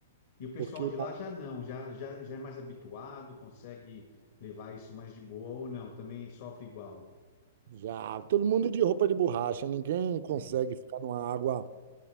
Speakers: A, on the left (about 60°); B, on the right (about 60°).
A: E o pessoal
B: porque
A: de lá já não, já, já, já é mais habituado, consegue levar isso mais de boa ou não, também sofre igual.
B: Já, todo mundo de roupa de borracha, ninguém consegue
A: Sim,
B: ficar numa água